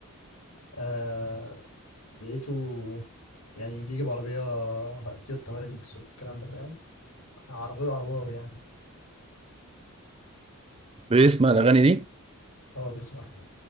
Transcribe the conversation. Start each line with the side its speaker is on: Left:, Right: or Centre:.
Left: آه لقيته يعني بيجي بعربية تويوتا هايلوكس والكلام ده فاهم عربية عرباوي يعني
Right: بيسمع الأغاني دي
Left: أه بيسمع